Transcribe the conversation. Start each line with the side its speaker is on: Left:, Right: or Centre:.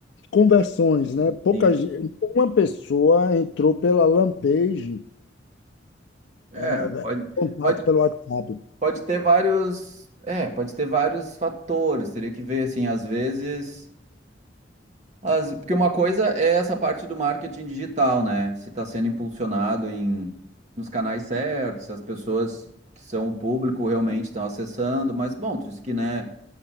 Left: conversões, né? Pouca,
Right: Sim.
Left: ge- uma pessoa entrou pela Lampage,
Right: É,
Left: é,
Right: pode,
Left: contato
Right: pode,
Left: pelo WhatsApp.
Right: pode ter vários, é, pode ter vários fatores. Teria que ver assim, às vezes, as, porque uma coisa é essa parte do marketing digital, né? Se está sendo impulsionado em nos canais certos, se as pessoas que são o público realmente estão acessando, mas bom, tu disse que, né,